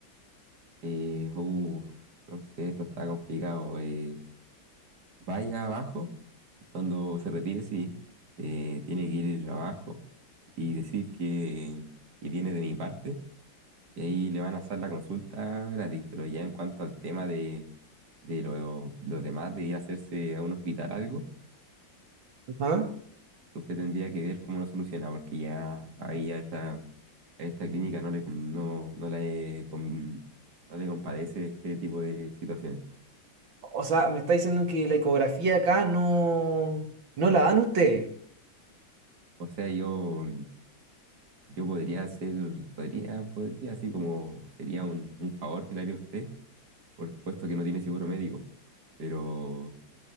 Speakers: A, on the right; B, on the right.
A: Eh, uf, no sé, esto está complicado. Eh, vaya abajo, cuando se retire, sí, eh, tiene que ir abajo y decir que, que viene de mi parte. Y ahí le van a hacer la consulta gratis. Pero ya en cuanto al tema de, de lo, lo demás, de ir a hacerse a un hospital algo,
B: Ajá.
A: usted tendría que ver cómo lo soluciona, porque ya ahí ya está, esta clínica no le, con- no, no le, con- no le compadece este tipo de situaciones.
B: O sea, me está diciendo que la ecografía acá no, no la dan usted.
A: O sea, yo, yo podría hacer, podría, podría, así como sería un, un favor que le haría a usted, por puesto que no tiene seguro médico, pero